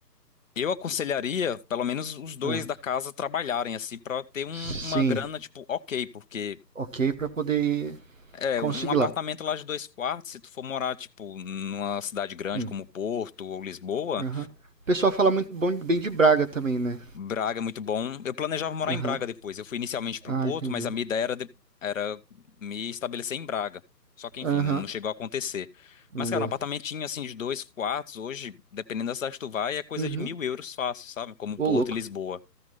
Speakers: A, on the left (about 50°); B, on the right (about 50°).
A: Eu aconselharia, pelo menos, os dois
B: ah,
A: da casa trabalharem assim, pra ter um-
B: sim.
A: uma grana, tipo, ok, porque.
B: Ok, pra poder
A: É,
B: conseguir
A: um apartamento
B: lá.
A: lá de dois quartos, se tu for morar, tipo, numa cidade grande
B: Hum,
A: como Porto ou Lisboa,
B: aham. O pessoal fala muito bom, bem de Braga também, né?
A: Braga é muito bom. Eu planejava morar
B: Aham.
A: em Braga depois. Eu fui inicialmente pro
B: Ah,
A: Porto,
B: entendi.
A: mas a minha ideia era, de- era me estabelecer em Braga. Só que, enfim,
B: Aham,
A: não, não chegou a acontecer.
B: não
A: Mas, cara,
B: deu.
A: um apartamentinho, assim, de dois quartos, hoje, dependendo da cidade que tu vai, é coisa
B: Uhum.
A: de mil euros fácil, sabe? Como
B: Ô,
A: Porto
B: louco.
A: e Lisboa.